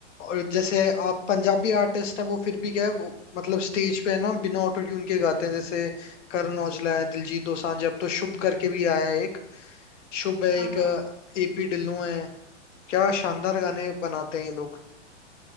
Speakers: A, on the left; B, on the right.
A: और जैसे
B: हम्म
A: आप पंजाबी आर्टिस्ट हैं वो फिर भी क्या है वो मतलब स्टेज पे है ना बिना ऑटो ट्यून के गाते हैं जैसे करण औजला है दिलजीत दोसांझ अब तो शुभ करके भी आया है एक शुभ है
B: हाँ
A: एक
B: हाँ
A: एपी ढिल्लों है क्या शानदार गाने बनाते हैं ये लोग